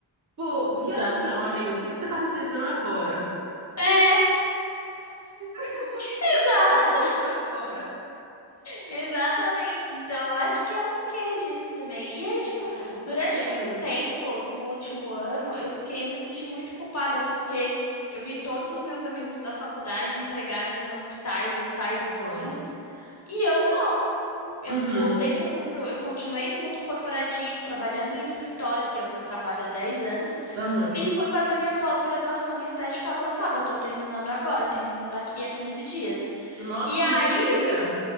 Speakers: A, on the right; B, on the left.
A: Pô,
B: Então,
A: que horas são, amiga? Por que que você tá me pesando agora?
B: é.
A: <laughs> Por que que
B: <laughs>
A: você tá fazendo isso agora?
B: Exatamente. Então, eu acho que é um quê disso também. E aí, tipo,
A: Ah, não, com certeza.
B: durante muito tempo, no último ano, eu fiquei, eu me senti muito culpada porque eu vi todos os meus amigos da faculdade empregados em hospitais, hospitais
A: Aham.
B: bons, e eu não. Eu
A: Uhum.
B: voltei pro mundo, pro- eu continuei no mundo corporativo, trabalhando em escritório, que é o que eu trabalho há 10 anos,
A: Aham.
B: e fui fazer minha pós-graduação em estética avançada. Tô terminando agora, termino daqui a 15 dias.
A: Nossa,
B: E aí
A: que delícia!